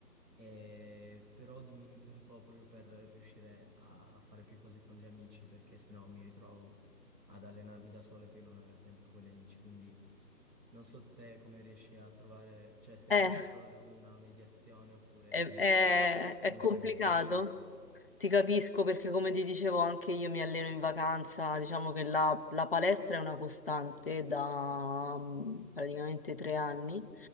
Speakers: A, on the right; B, on the left.
A: e, però ho diminuito un po' proprio per riuscire a fare più cose con gli amici perché sennò mi ritrovo ad allenarmi da solo e poi non aver tempo con gli amici, quindi non so te come riesci a trovare, cioè se
B: Eh,
A: riesci a trovare una mediazione oppure
B: è,
A: comunque
B: è- è
A: è un
B: complicato.
A: sacrificio.
B: Ti capisco perché come ti dicevo anche io mi alleno in vacanza, diciamo che la, la palestra è una costante da mm, praticamente tre anni